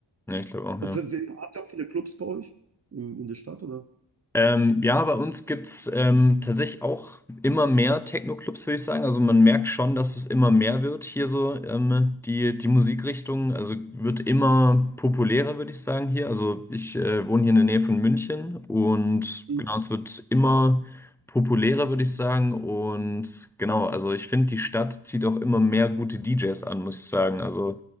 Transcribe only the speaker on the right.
Und
w- w- Habt ihr auch viele Clubs bei euch in, in der Stadt, oder?
Mhm.